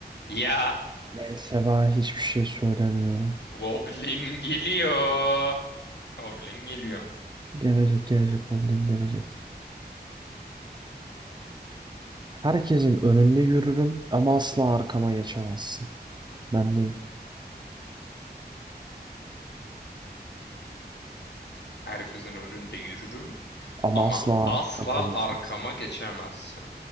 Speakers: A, on the left; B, on the right.
A: ya,
B: neyse ben hiçbir şey söylemiyorum.
A: Goblin geliyor. Goblin geliyor.
B: Gelecek gelecek problem gelecek. Herkesin önünde yürürüm ama asla arkama geçemezsin. Ben neyim?
A: Herkesin önünde yürürüm
B: Ama
A: ama
B: asla arkama
A: asla
B: geçemezsin.
A: arkama geçemezsin.